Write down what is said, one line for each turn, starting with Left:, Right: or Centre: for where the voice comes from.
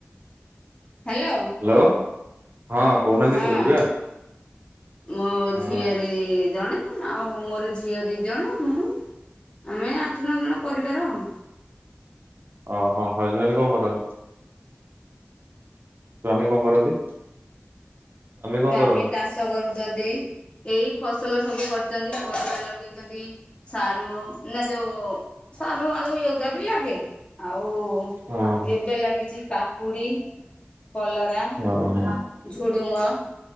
Left: Hello
Right: hello ହଁ କହୁନାହାନ୍ତି
Left: ହଁ
Right: ଶୁଭୁଚି ବା।
Left: ମୋ
Right: ହୁଁ
Left: ଝିଆରୀ ଜଣେ ଆଉ ମୋର ଝିଅ ଦି ଜଣ ମୁଁ ଆମେ ଆଠ ନଅ ଜଣ ପରିବାର ଆଉ।
Right: ଓହୋ ହଜବେଣ୍ଡ୍ କଁ କର ସ୍ଵାମୀ କଁ କରନ୍ତି? କଣ
Left: ସ୍ଵାମୀ
Right: କରନ୍ତି?
Left: ଚାଷ କରୁଚନ୍ତି। ଏଇ ଫସଲ ସବୁ କରିଚନ୍ତି ପରିବା ଲଗେଇଚନ୍ତି ସାରୁ ନାଁ ଯୋଉ ସାରୁ ଆଳୁ ଏଉରା ବି ଲାଗେ ଆଉ ଆଉ
Right: ଓହୋ
Left: ଏବେ ଲାଗିଚି କାକୁଡ଼ି କଲରା
Right: ହଁ ହଁ।
Left: ଝୁଡ଼ୁଙ୍ଗ,